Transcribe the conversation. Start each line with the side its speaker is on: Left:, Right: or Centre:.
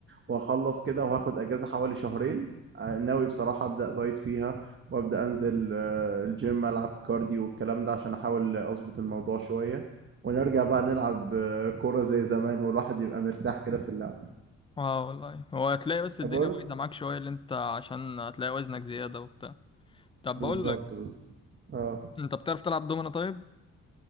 Right: وهخلص كده وهاخد اجازة حوالي شهرين ناوي بصراحة ابدا دايت فيها وابدا انزل آه، الجيم العب كارديو والكلام ده عشان احاول اظبط الموضوع شوية ونرجع بقى نلعب آه، كورة زي زمان والواحد يبقى مرتاح كده في اللعب
Left: اه والله هو هتلاقي بس الدنيا
Right: بقول
Left: بايظة معاك شوية اللي انت عشان هتلاقي وزنك زيادة وبتاع طب
Right: بالظبط
Left: بقول لك
Right: بالظبط اه
Left: انت بتعرف تلعب دومنة طيب؟